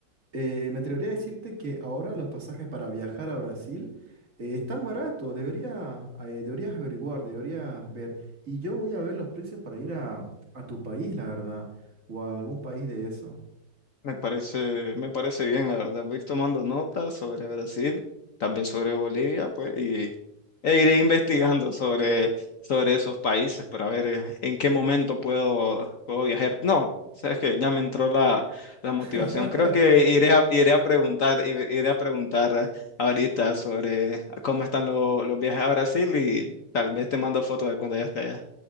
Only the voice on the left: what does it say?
Me parece, me parece bien, la verdad. Voy a ir tomando notas sobre Brasil, también sobre Bolivia, pues, E iré investigando sobre, sobre esos países para ver eh, en qué momento puedo, puedo viajar. No, sabes que ya me entró la, la motivación.
Creo que iré a, iré a preguntar, iré iré a preguntar eh, ahorita sobre cómo están lo- los viajes a Brasil y tal vez te mando fotos de cuando ya esté allá.